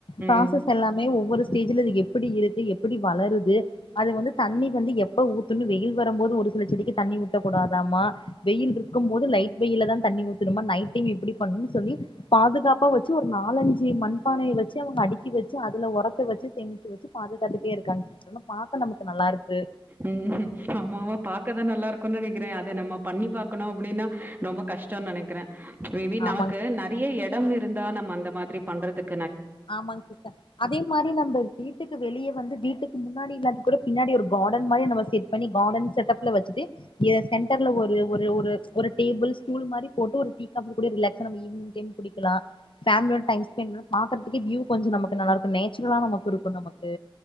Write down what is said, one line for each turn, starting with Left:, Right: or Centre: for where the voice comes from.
Left: ப்ராசஸ்
Right: ம்
Left: எல்லாமே ஒவ்வொரு ஸ்டேஜுல அது எப் எப்புடி இருக்கு எப்படி வளருது அது வந்து தண்ணி வந்து எப்ப ஊத்துனோ வெயில் வரம் போது ஒரு சில செடிக்கு தண்ணி ஊத்தக்கூடாதாமா வெயில்ருக் இருக்கும் போது லைட் வெய்ல தா தண்ணி ஊத்தணுமா நைட் டைம் எப்டி பண்ணு சொல்லி பாதுகாப்பா வெச்சு ஒரு நாலஞ்சு மண்பானய வெச்சு அவுங்க அடுக்கி வெச்சு அதுல ஒரத்த வெச்சு சேமிச்சு வெச்சு பாதுகாத்துட்டே இருக்காங்க சிஸ்டர் பாக்க நமக்கு நல்லா இருக்கு
Right: உம் ஆமா ஆமா பாக்கதா நல்லா இருக்குன் நெனைக்கிறே அத நம்ம பண்ணி பா்கக்கணோ அப்டீனா ரொம்ப கஷ்டோனு நெனைக்குற மேபி நமக்கு
Left: ஆமாங்
Right: நறிய எடம் இருந்தா நம்ம அந்த மாதிரி பண்றதுக்
Left: ஆமாங் சிஸ்டர் அதே மாரி நம்ப வீட்டுக்கு வெளியே வந்து வீட்டுக்கு முன்னாடி இல்லாட்டி கூட பின்னாடி ஒரு காடன் மாரி நம்ம செட் பண்ணி காடன் செட்டப்ல வச்சுட்டு இங்கே செண்ட்டர்ல ஒரு ஒரு ஒரு ஒரு டேபுள் ஸ்டூலு மாரி போட்டு ஒரு டீ காப்பி கூட ரிலாக்ஸா நம்ம ஈவ்னிங் டைம் குடிக்குலா ஃபேம்லோட டைம் ஸ்பென்லா பாக் இருக்கற்துக்கு வியூ கொஞ்சு நமக்கு நல்லார்க்கு நேச்சுரலா நமுக்கு இருக்கு நமக்கு